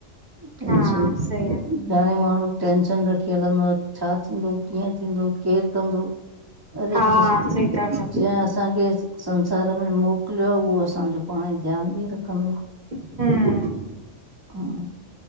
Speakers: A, on the right; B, on the right.
A: टेंशन
B: हा सही आ
A: घणेईं माण्हू टेंशन रखी हलंदो आ, छा थींदो कीअं थींदो, केर कंदो? अरे
B: हा
A: जिस्
B: सही था चओ
A: जीअं असांखे संसार में मोकिलियो आ उहो असांजो पांणंई ध्यानु ॿि रखंदो।
B: हम्म।
A: ह